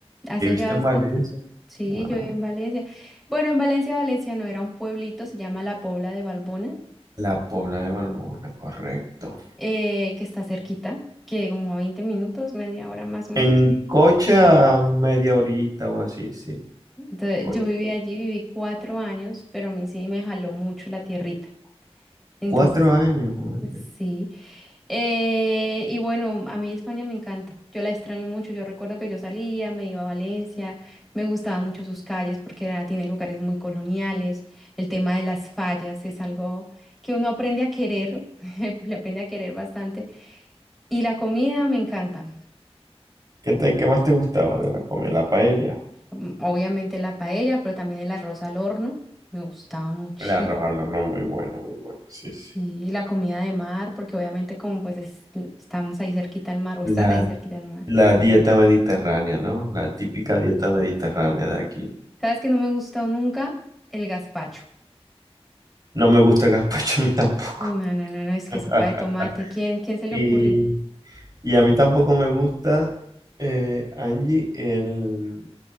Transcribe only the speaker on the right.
¿Viviste
en Valencia?
Wow.
La Pobla de Valbona, correcto.
En coche a media horita o así, sí.
Coche.
Cuatro años, madre.
¿Qué te, qué más te gustaba de la comida? La paella.
El arroz al horno, muy bueno, muy bueno, sí, sí.
La,
la dieta mediterránea, ¿no? La típica dieta mediterránea de aquí.
No me gusta el gazpacho <laughs> a mí tampoco.
<laughs>
Y
Y a mí tampoco me gusta, eh, Angie, el,